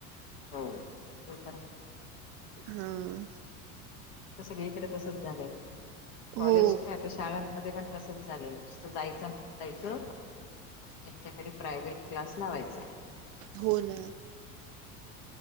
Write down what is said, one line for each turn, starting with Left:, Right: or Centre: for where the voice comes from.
Left: हो ते तर
Right: हम
Left: आता सगळीकडे तसच झालंय कॉलेज
Right: हो
Left: क आता शाळांमध्ये पण तसच चालेल जायच जायचं आणि त्यांच्याकडे प्रायव्हेट क्लास लावायचा
Right: हो ना